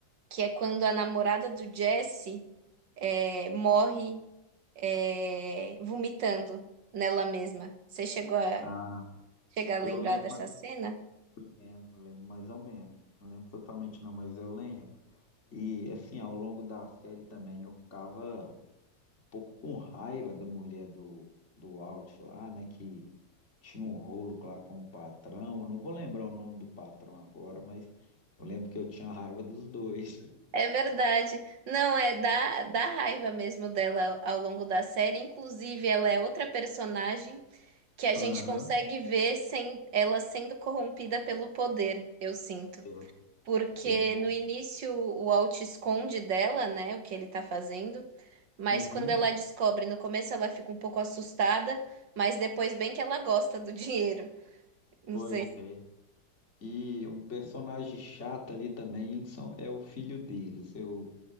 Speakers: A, on the right (about 75°); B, on the left (about 40°).
A: Que é quando a namorada do Jesse é, morre é, vomitando nela mesma. Você chegou a
B: ah,
A: chegar a
B: Eu
A: lembrar
B: lembro,
A: dessa
B: ma-
A: cena?
B: lembro, lembro mais ou menos, não lembro totalmente não, mas eu lembro. E assim, ao longo da série também eu ficava pouco com raiva da mulher do, do Alt lá, né? Que tinha um rolo lá com o patrão. Eu não vou lembrar o nome do patrão agora, mas eu lembro que eu tinha raiva dos dois.
A: É verdade. Não, é da, da raiva mesmo dela ao longo da série. Inclusive, ela é outra personagem que a gente
B: Aham,
A: consegue ver sem ela sendo corrompida pelo poder, eu sinto.
B: Ver-
A: Porque
B: Verdade.
A: no início o Alt esconde dela, né, o que ele tá fazendo. Mas
B: Uhum,
A: quando ela descobre, no começo ela fica um pouco assustada, mas depois bem que ela gosta do <laughs> dinheiro. Não
B: pois
A: sei.
B: é. E um personagem chato ali também que são, é o filho deles. Eu